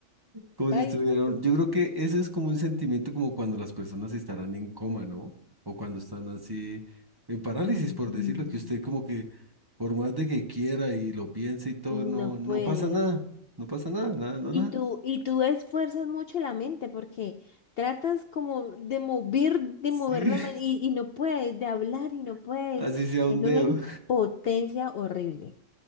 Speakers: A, on the right (about 20°); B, on the left (about 60°).
A: Como
B: Ay,
A: si estuvieran,
B: no, que... no.
A: yo creo que eso es como un sentimiento como cuando las personas estarán en coma, ¿no? O cuando están así en parálisis,
B: Sí,
A: por
B: no
A: decirlo, que usted como que por más de que quiera y lo piense y todo,
B: no
A: no, no
B: puede.
A: pasa nada, no pasa nada, nada, no
B: Y
A: nada.
B: tú, y tú esfuerzas mucho la mente porque tratas como de mover, de
A: Sí,
B: mover la mano y, y no puedes, de hablar y no puedes.
A: <laughs> así sea un
B: Es una
A: dedo.
B: impotencia horrible.